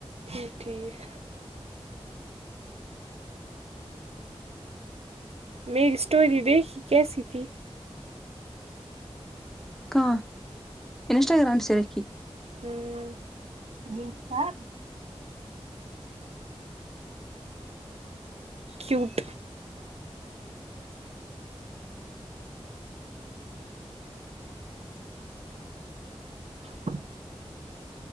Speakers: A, on the right (about 70°); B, in the centre.
A: جی ٹھیک میری اسٹوری دیکھی کیسی تھی
B: کہاں انسٹاگرام سےیرک ہی
A: ہوں ج تھا کیوٹ <inaudible>